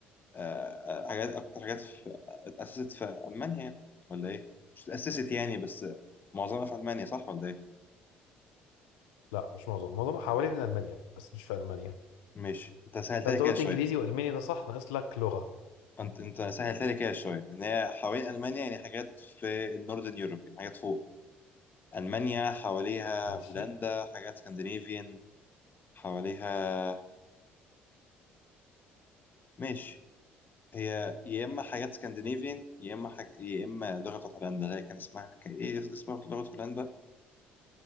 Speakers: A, on the left; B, on the left.
A: آه، آه، حاجات اكتر حاجات في اتاسست في المانيا يعني، ولا ايه مش اتاسست يعني بس معظمها في المانيا صح ولا ايه
B: لا مش معظم معظمها حوالين المانيا بس مش في المانيا
A: ماشي انت سهلت
B: فانت
A: لي كده
B: قلت
A: شويه
B: انجليزي والماني ده صح ناقص لك لغه
A: انت انت سهلت لي كده شويه ان هي حوالين المانيا يعني حاجات في النوردن يوروب يعني حاجات فوق المانيا حواليها
B: ماشي
A: هولندا حاجات سكندنافيان حواليها ماشي هي يا اما حاجات سكندنافيان يا اما حاج... يا اما لغه بتاعت هولندا اللي هي كان اسمها كان ايه اسم لغه هولندا